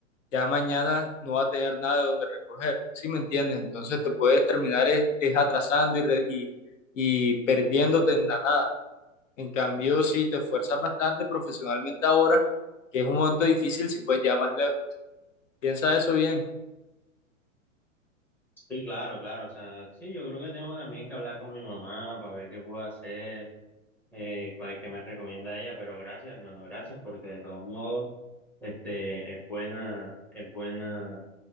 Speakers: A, on the left (about 65°); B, in the centre.
A: ya mañana no va a tener nada de donde recoger, ¿sí me entiendes? Entonces te puedes terminar es, es atrasando y, re- y, y perdiéndote en la nada. En cambio, si te esfuerzas bastante profesionalmente ahora, que es un momento difícil, si puedes llegar más lejos. Piensa eso bien.
B: Sí, claro, claro, o sea, sí, yo creo que tengo también que hablar con mi mamá para ver qué puedo hacer, eh, cuál que me recomienda ella, pero gracias, hermano, gracias, porque de todos modos, este, es buena, es buena,